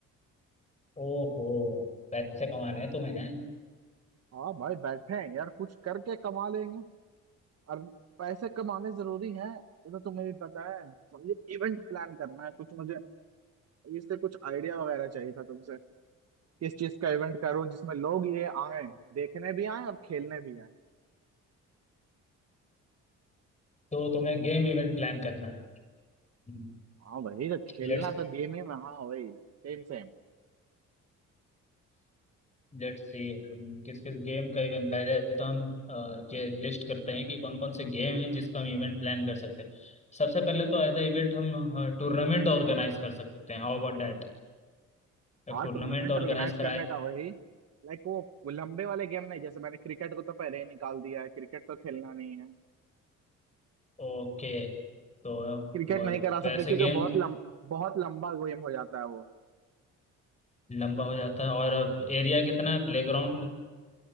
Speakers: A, on the left; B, on the right.
A: ओहो पैसे कमाने हैं तुम्हें हैं
B: हाँ भाई बैठे हैं यार कुछ करके कमा लेंगे और पैसे कमाने जरूरी हैं ये तो तुम्हें भी पता है समझे इवेंट प्लान करना है कुछ मुझे इससे कुछ आइडिया वगैरह चाहिए था तुमसे किस चीज का इवेंट करूं जिसमें लोग ये आए देखने भी आए और खेलने भी आए
A: तो तुम्हें गेम इवेंट प्लान करना है
B: हाँ भाई तो खेलना
A: Let's
B: तो गेम ही में हाँ भाई Same same
A: let's see हम किस किस गेम का इवेंट पहले तो हम अ, ये लिस्ट करते हैं कि कौन कौन से गेम हैं जिसका हम इवेंट प्लान कर सकते हैं सबसे पहले तो एज अ इवेंट हम टूर्नामेंट ऑर्गेनाइज कर सकते हैं How about that एक
B: हाँ
A: टूर्नामेंट
B: टूर्नामेंट
A: ऑर्गेनाइज
B: ऑर्गेनाइज करने
A: कराए
B: का वही लाइक वो वो लंबे वाले गेम नहीं जैसे मैंने क्रिकेट को तो पहले ही निकाल दिया है क्रिकेट तो खेलना नहीं है
A: ओके तो
B: क्रिकेट
A: अ,
B: नहीं करा सकते
A: वैसे
B: क्योंकि
A: गेम
B: बहुत लम, बहुत लंबा गेम हो जाता है वो
A: लंबा हो जाता है और एरिया कितना है प्लेग्राउंड